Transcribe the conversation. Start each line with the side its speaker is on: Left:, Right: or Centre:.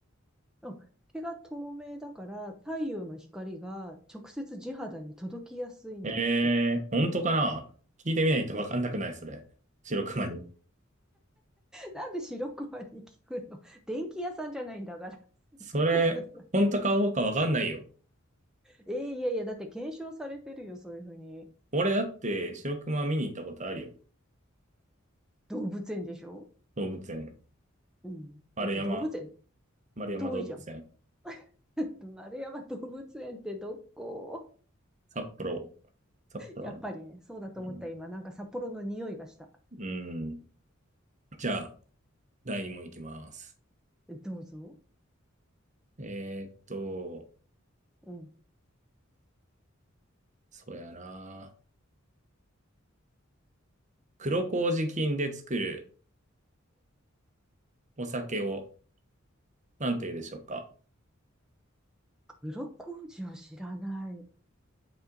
Centre: うん。毛が透明だから太陽の光が直接地肌に届きやすいんだって。
Right: ええ、本当かな聞いてみないとわかんなくないそれ。
Centre: え
Right: 白熊に。
Centre: なんで白熊に聞くの <laughs> 電気屋さんじゃないんだから。<laughs>
Right: それ、
Centre: なんかさ
Right: 本当かどうかわかんないよ。
Centre: えーいやいや、だって検証されてるよ、そういうふうに。
Right: 俺だって白熊見に行ったことあるよ。
Centre: 動物園でしょ
Right: 動物園。
Centre: うん。
Right: 丸山、
Centre: だって動物園
Right: 丸山動物園。
Centre: 遠いじゃん。<laughs> 丸山動物園ってどこ
Right: 札幌。札幌の。
Centre: やっぱりね、そうだと思った今、
Right: うん。
Centre: なんか札幌の匂いがした。
Right: うん。じゃあ、第2問いきます。
Centre: どうぞ。
Right: えーっと、
Centre: うん。
Right: そうやな。黒麹菌で作るお酒を何と言うでしょうか
Centre: 黒麹を知らない。